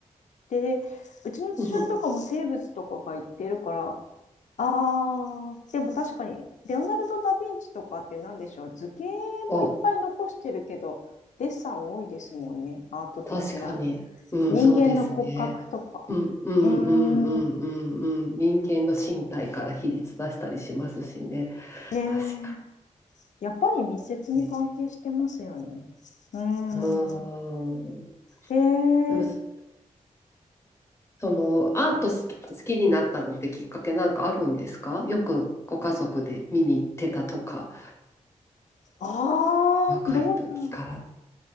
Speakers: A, on the left; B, on the left.
A: て、うちの父親とかも生物とかが言ってるから、
B: うんうん。
A: ああ、でも確かに、レオナルド・ダ・ヴィンチとかって何でしょう、図形もいっぱい残してるけど、
B: あ、
A: デッサン多いですもんね、アート的な。
B: 確かに。うん、
A: 人間の骨格とか。
B: そうですね。うん、うん、
A: うー
B: うん、うん、
A: ん、
B: うん、うん。人間の身体から比率出したりしますしね。
A: ね
B: 確か
A: え、やっぱり密接に関係してますよね。
B: に。
A: うーん、
B: うん。
A: えー、
B: でも、そその、アート好き、好きになったのってきっかけなんかあるんですかよくご家族で見に行ってたとか。
A: ああ、
B: 若い時から。
A: どうだろ